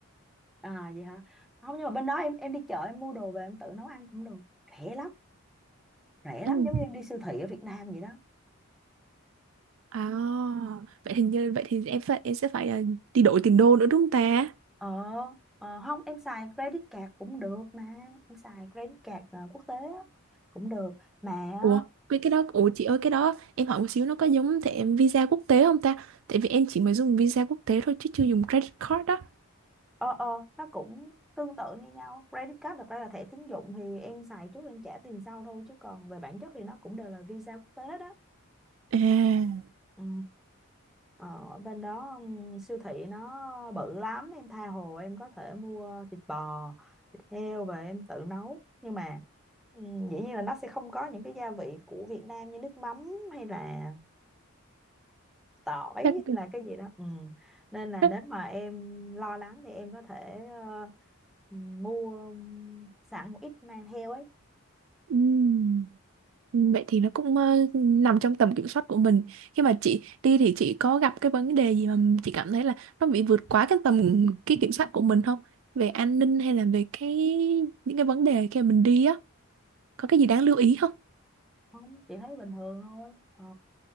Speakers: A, in the centre; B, on the right.
A: à vậy hả không nhưng mà bên đó em em đi chợ em mua đồ về em tự nấu ăn cũng được rẻ lắm rẻ
B: <laughs>
A: lắm
B: ừ.
A: giống như em đi siêu thị ở Việt Nam vậy đó
B: à vậy thì như vậy thì em phải em sẽ phải ờ, đi đổi tiền đô nữa đúng không ta
A: ờ ờ, không em xài credit card cũng được mà em xài credit card ờ, quốc tế á, cũng được mà
B: Ủa, cái cái đó, ủa chị ơi cái đó em hỏi một xíu nó có giống thẻ visa quốc tế không ta? Tại vì em chỉ mới dùng visa quốc tế thôi chứ chưa dùng credit card đó.
A: ờ ờ nó cũng tương tự như nhau credit card thật ra là thẻ tín dụng thì em xài trước em trả tiền sau thôi chứ còn về bản chất thì nó cũng đều là visa quốc tế đó
B: À,
A: Ừ. Ờ, Ở bên đó ừm, siêu thị nó bự lắm em tha hồ em có thể mua thịt bò thịt heo về em tự nấu nhưng mà ừm, dĩ nhiên là nó sẽ không có những cái gia vị của Việt Nam như nước mắm hay là tỏi hay
B: chắc,
A: là cái gì đó ừ. Nên là
B: chắc
A: nếu mà em lo lắng thì em có thể ờ, mua sẵn một ít mang theo ấy
B: ừm, vậy thì nó cũng ờ, nằm trong tầm kiểm soát của mình. Khi mà chị đi thì chị có gặp cái vấn đề gì mà chị cảm thấy là nó bị vượt quá cái tầm cái kiểm soát của mình không? Về an ninh hay là về cái những cái vấn đề khi mà mình đi á, có cái gì đáng lưu ý không?
A: không chị thấy bình thường thôi Ờ,